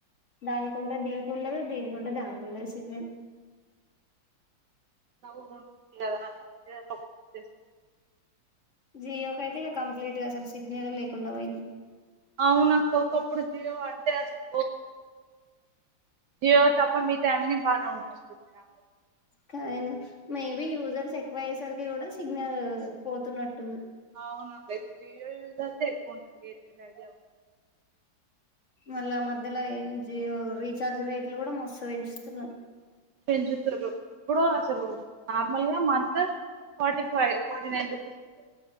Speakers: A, on the left (about 40°); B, on the right (about 65°).
A: దానికింటే దీనికిండదు దీనికింటే దానికిండదు సిగ్నల్
B: ఊ కదా అని <unintelligible>
A: జియో క అయితే ఇక కంప్లీట్ గా అసలు సిగ్నల్ లేకుండా పోయింది
B: అవునక్కా ఒకప్పుడు జియో వాడితే అసల్ జీయో తప్ప మిగతావన్నీ బానే ఉంటు నా
A: కాదను మేం ఇవి యూజర్స్ ఎక్కువ అయేసరికి కూడా సిగ్నల్ పోతున్నట్టు ఉంది
B: అవును అక్క జియో యూజర్స్ ఎక్కువ ఉంటుది ఎయిర్టెల్ ఐడియా అవి
A: మళ్ళ మధ్యల ఏం జియో రీచార్జ్ రేట్లు కూడా మస్తు పెంచుతున్నారు
B: పెంచుతుండ్రు ఇప్పుడు అసలు నార్మల్ గా month forty five forty nine rupees ఉంటది